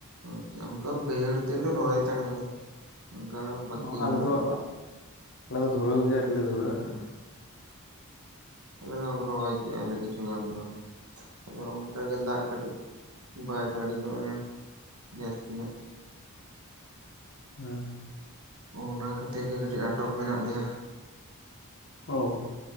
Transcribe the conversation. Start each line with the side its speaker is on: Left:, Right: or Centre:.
Right: ᱟᱪᱪᱷᱟ ᱚᱱᱠᱟ ᱵᱟᱹᱭᱦᱟᱹᱲ ᱛᱮᱜ ᱞᱮ ᱨᱚᱦᱚᱭ ᱦᱟᱛᱟᱲ ᱠᱟᱫᱟ ᱱᱚᱝᱠᱟ ᱵᱟᱹᱠᱤ
Left: ᱚ
Right: ᱢᱮᱱᱟᱜᱼᱟ
Left: ᱟᱞᱮ ᱫᱚ
Right: ᱾
Left: ᱟᱞᱮ ᱫᱚ ᱫᱷᱩᱨᱟᱹᱣ ᱜᱮ ᱟᱹᱣᱨᱤ ᱞᱮ ᱫᱷᱩᱨᱟᱹᱜᱼᱟ ᱦᱟᱸᱜ ᱾
Right: ᱟᱞᱮ ᱫᱚ ᱨᱚᱦᱚᱭ ᱠᱮᱜᱼᱟᱞᱮ ᱠᱤᱪᱷᱩ ᱜᱟᱱ ᱫᱚ ᱾ ᱟᱫᱚ ᱚᱱᱠᱟᱜᱮ ᱫᱟᱜ ᱠᱟᱹᱴᱤᱡ ᱵᱟᱭ ᱡᱟᱹᱲᱤ ᱧᱚᱜ ᱮᱫᱟ ᱡᱟᱹᱥᱛᱤ ᱧᱚᱜ ᱾
Left: ᱦᱮᱸ ᱾
Right: ᱚᱱᱟ ᱠᱷᱟᱹᱛᱤᱨ ᱜᱮ ᱠᱟᱹᱴᱤᱡ ᱟᱴᱚᱠ ᱢᱮᱱᱟᱜ ᱞᱮᱭᱟ ᱾
Left: ᱚ ᱾